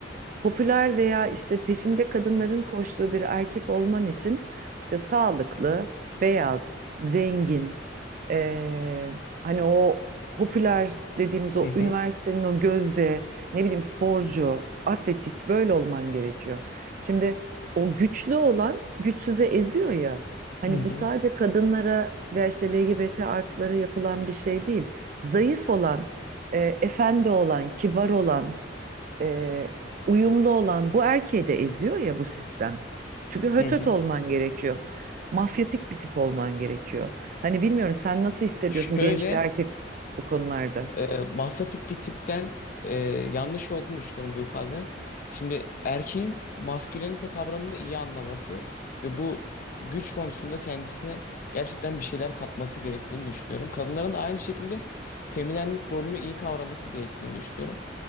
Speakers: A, on the right (about 45°); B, on the left (about 50°).
A: popüler veya işte peşinde kadınların koştuğu bir erkek olman için işte sağlıklı, beyaz, zengin, ee, hani o popüler dediğimiz o
B: Hı hı.
A: üniversitenin o gözde ne bileyim sporcu, atletik böyle olman gerekiyor. Şimdi o güçlü olan güçsüze eziyor ya. Hani
B: Hı
A: bu
B: hı.
A: sadece kadınlara veya işte LGBT artılara yapılan bir şey değil. Zayıf olan, e, efendi olan, kibar olan, e, uyumlu olan bu erkeği de eziyor ya bu sistem. Çünkü hötöt
B: Hı hı.
A: olman gerekiyor. Mafyatik bir tip olman gerekiyor. Hani bilmiyorum sen nasıl hissediyorsun
B: Şöyle
A: genç bir erkek bu konularda?
B: e, mafyatik bir tipten e, yanlış olduğunu düşünüyorum bu ifadenin. Şimdi erkeğin maskülenite kavramını iyi anlaması ve bu güç konusunda kendisine gerçekten bir şeyler katması gerektiğini düşünüyorum. Kadınların da aynı şekilde feminenlik rolünü iyi kavraması gerektiğini düşünüyorum.